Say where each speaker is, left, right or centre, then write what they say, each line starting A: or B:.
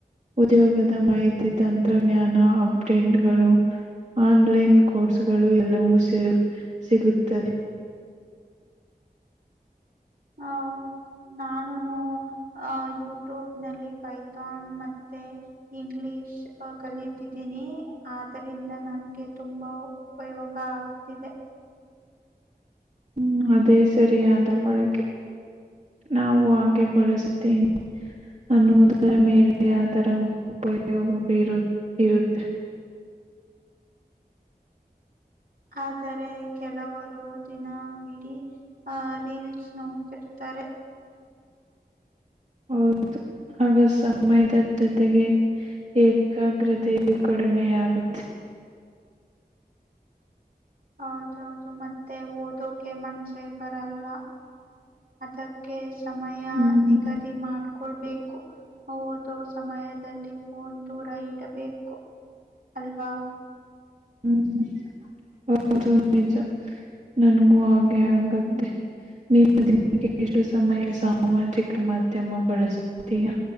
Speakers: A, on the right; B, on the right.
A: ಉದ್ಯೋಗದ ಮಾಹಿತಿ ತಂತ್ರಜ್ಞಾನ ಅಪ್ಡೇಟ್ಗಳು ಆನ್ಲೈನ್ ಕೋರ್ಸ್ಗಳು ಎಲ್ಲವೂ ಸಿಲು ಸಿಗುತ್ತದೆ
B: ಹೌದು ನಾನು ಆ ಇ ಟ್ಯೂಬ ನಲ್ಲಿ ಪೈಥಾನ್ ಮತ್ತೆ ಇಂಗ್ಲಿಷ್ ಕಲಿಯುತ್ತಿದ್ದೀನಿ ಆದದರಿಂದ ನನಗೆ ತುಂಬ ಉಪಯೋಗ ಆಗ್ತಿದೆ
A: ಹ್ಮ್ ಅದೇ ಸರಿಯಾದ ಬಳಕೆ ನಾವು ಹಾಗೆ ಬಳಸುತ್ತೇನೆ ಅನ್ನುವುದರ ಮೇಲೆ ಅದರ ಉಪಯೋಗ ಬರು ಇರುತ್ತೆ
B: ಆದರೆ ಕೆಲವರು ದಿನ ಬಿಡೀ ಆಹ ರೀಲ್ಸ್ ನೋಡ್ತಿರ್ತಾರೆ ಬರೆ
A: ಹೌದು ಆಗ ಸಮಯದ ಜೊತೆಗೆ ಏಕಾಗ್ರತೆಯು ಕಡಿಮೆಯಾಗುತ್ತೆ
B: <inaudible> ಹೌದೌದು ಮತ್ತೆ ಓದೋಕೆ ಮನ್ಸೆ ಬರಲ್ಲ ಅದಕ್ಕೆ ಸಮಯ
A: ಹ್ಮ್
B: ನಿಗದಿ ಮಾಡ ಕೊಡ್ಬೇಕು ಓದೋ ಸಮಯದಲ್ಲಿ ಫೋನ ದೂರ ಇಡಬೇಕು ಅಲ್ವಾ
A: ಹ್ಮ್ ಹ ಹೌದು ನಿಜ ನನಗು ಹಾಗೆ ಆಗತ್ತೆ ನೀನ್ನ ದಿನಕ್ಕೆ ಎಷ್ಟು ಸಮಯ ಸಾಮಾಜಿಕ ಮಾಧ್ಯಮ ಬಳಸುತ್ತೀಯಾ